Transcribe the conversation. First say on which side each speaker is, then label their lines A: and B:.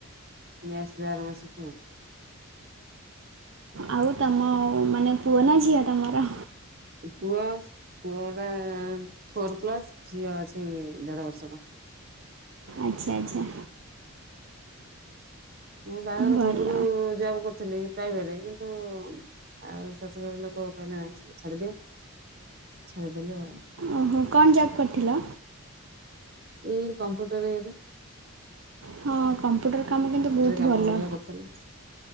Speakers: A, on the right; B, on the right.
A: ନିସ ଆର ମାସକୁ।
B: ଆଉ ତମ ମାନେ ପୁଅ ନା ଝିଅ ତମର?
A: ପୁଅ ପୁଅ ଗୋଟେ ଫୋର ପ୍ଲସ ଝିଅ ଅଛି ଦେଢ ବର୍ଷର। <inaudible>
B: ଆଚ୍ଛା ଆଚ୍ଛା।
A: ମୁଁ ବାହାଘର
B: ଭଲ
A: ପୂର୍ବରୁ ଜବ୍ କରୁଥିଲି। ପ୍ରାଇଭେଟରେ କିନ୍ତୁ ଆଉ ଶାଶୁଘର ଲୋକ କହିଲେ ନାଇଁ ସେଇଟା ଛାଡିଦିଅ। ସେଦେଲେ ଆଉ।
B: ଓହୋ କଣ ଜବ୍ କରିଥିଲ?
A: ଏଇ କମ୍ପ୍ୟୁଟରରେ
B: ହଁ କମ୍ପ୍ୟୁଟର କାମ କିନ୍ତୁ ବହୁତ
A: କାମ
B: ଭଲ।
A: ଭଳିଆ କରୁଥିଲେ